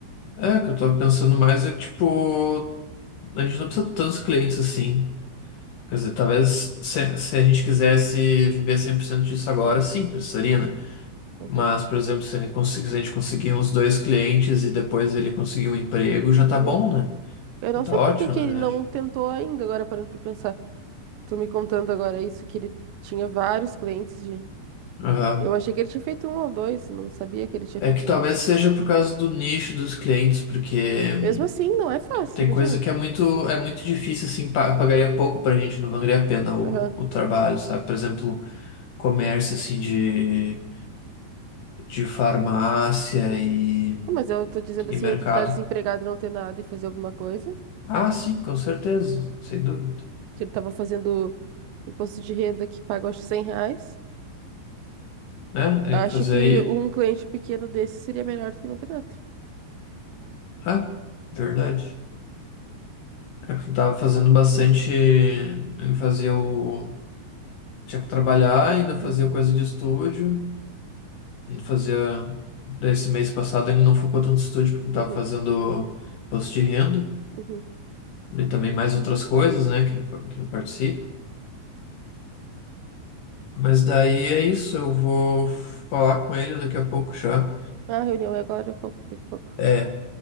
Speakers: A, on the left; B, on the right.
A: É, o que eu tava pensando mais é que, tipo, a gente não precisa de tantos clientes assim. Quer dizer, talvez se, se a gente quisesse viver 100% disso agora, sim, precisaria, né?
B: Uhum,
A: Mas, por exemplo, se ele conseguir, se a gente conseguir uns dois clientes e depois ele conseguir um emprego, já tá
B: uhum.
A: bom, né?
B: Eu não
A: Já tá
B: sei
A: ótimo,
B: por que que
A: na
B: ele
A: verdade.
B: não tentou ainda, agora parando pra pensar. Tu me contando agora isso, que ele tinha vários clientes de
A: Aham.
B: Eu achei que ele tinha feito um ou dois, não sabia que ele tinha
A: É
B: feito
A: que
B: tantos.
A: talvez seja por causa do nicho dos clientes, porque
B: Mesmo assim, não é fácil,
A: tem
B: imagina.
A: coisa que é muito, é muito difícil, assim, pa- pagaria pouco pra gente, não valeria a pena o,
B: Aham.
A: o trabalho, sabe? Por exemplo, comércio, assim, de, de farmácia e,
B: Não, Mas eu tô dizendo
A: e
B: assim,
A: mercado.
B: entre estar desempregado e não ter nada e fazer alguma coisa.
A: Ah, sim, com certeza, sem dúvida.
B: Se Ele tava fazendo imposto de renda que paga, acho, 100 reais.
A: Né?
B: Acho
A: É fazer
B: que
A: aí.
B: um cliente pequeno desse seria melhor do que não ter nada.
A: Ah, verdade. É porque eu tava fazendo bastante. Eu fazia o. Tinha que trabalhar, ainda fazia
B: Hum.
A: coisa de estúdio. Ainda fazia. Daí Esse mês passado ele não focou tanto no estúdio, porque eu tava
B: Uhum,
A: fazendo post de renda.
B: uhum.
A: E também mais outras coisas, né? Que, que eu participo. Mas daí é isso, eu vou falar com ele daqui a pouco já.
B: Ah, a reunião é agora, um pouco, daqui a pouco.
A: É,